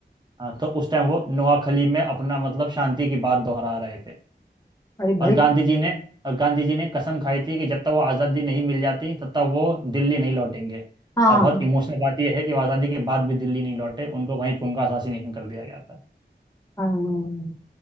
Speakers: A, on the right; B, on the left.
A: हाँ तो उस टाइम वो नोआखली में अपना मतलब शांति की बात दोहरा रहे थे
B: अरे
A: और
B: भाई
A: गांधी जी ने और गांधी जी ने कसम खाई थी कि जब तक वो आज़ादी नहीं मिल जाती तब तक वो दिल्ली नहीं लौटेंगे
B: हाँ
A: और बहुत इमोशनल बात यह है कि वो आज़ादी के बाद भी दिल्ली नहीं लौटे उनको वहीं पे उनका असासीनेशन कर दिया गया था
B: हाँ